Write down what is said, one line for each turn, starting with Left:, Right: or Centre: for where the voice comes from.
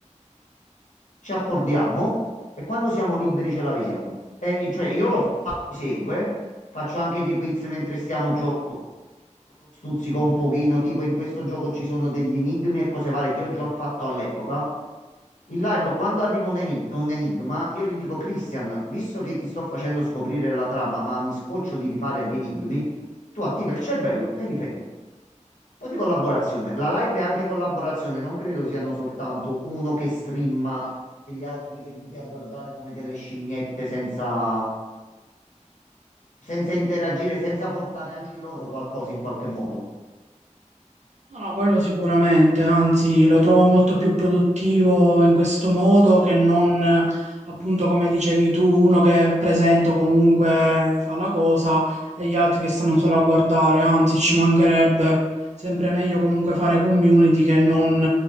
Left: ci accordiamo e quando siamo liberi ce la vediamo. E, cioè, io lo faccio, lui segue, faccio anche dei quiz mentre stiamo giocando, stuzzico un pochino, tipo in questo gioco ci sono degli enigmi e cose varie che io già ho fatto all'epoca. In live, quando arriva un, emi- un enigma, io gli dico, Christian, visto che ti sto facendo scoprire la trama, ma mi scoccio di rifare gli enigmi, tu attiva il cervello e li fai tu po' di collaborazione. La live è anche collaborazione, non credo siano soltanto uno che streama e gli altri seduti a guardare come delle scimmiette senza, senza interagire, senza portare anche loro qualcosa in qualche modo.
Right: No, no, quello sicuramente, anzi lo trovo molto più produttivo in questo modo che non, eh, appunto, come dicevi tu, uno che è presente o comunque fa la cosa e gli altri che stanno solo a guardare, anzi ci mancherebbe sempre meglio comunque fare community che non